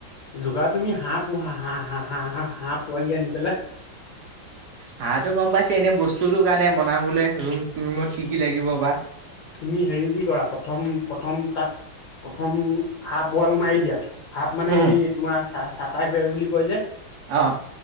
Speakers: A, on the left; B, on the right.
A: যোগাৰ তুমি হাঁহ পোহা হাঁ, হাঁ, হাঁহ, হা, হাঁহ পোৱালি আনি পেলাই।
B: হাঁহটো গম পাইছে এনেই বস্তুতো কাৰণে বনাবলে ৰুম ৰুমত কি কি লাগিব বা?
A: তুমি হেৰি দি কৰা প্ৰথম, প্ৰথম তাত প্ৰথম হাঁফ ৱাল মাৰি দিয়া। হাফ মানে
B: উম
A: হেৰি তোমাৰ চা চাটাইবেৰ বুলি কয় যে।
B: অ'।